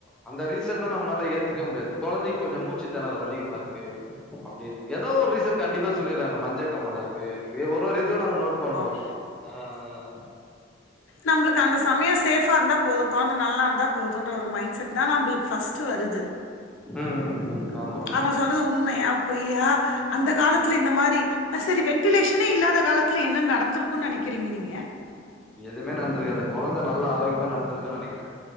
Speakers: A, in the centre; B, on the left.
A: அந்த ரீசன்தா நம்ளால ஏத்துக்வே முடியாது கொழந்தைக் கொஞ்சம் மூச்சுத் தெனறல் அதிகமாருக்கு அப்டினு எதோ ஒர் ரீசன் கண்டிப்பா சொல்லிர்றாங்க மஞ்சக்காமாலருக்கு வே ஒரு ஒரு இதுவு நாங்க நோட் பண்றோ
B: மா
A: அ அ அ
B: நம்ளுக்கு அந்த சமய சேஃபா இருந்தா போது கொழந்த நல்லாந்தா போதுன்ற ஒரு மைண்ட் செட்தா நம்புளுக்கு பஸ்ட்டு வருது
A: ம் ம் ம் ஆமா
B: அவங்கச் சொல்றது உண்மையாப் பொய்யா அந்த காலத்ல இந்த மாரி செரி வெண்டிலேஷனே இல்லாத காலத்ல என்ன நடந்திருக்குன் நெனைக்கிறீங்க நீங்க
A: எதுமே நந்திருக்க அந்தக் கொழந்த நல்லா ஆரோக்யமா நட்ந்திருக்குன்னு நெனைக்கிறே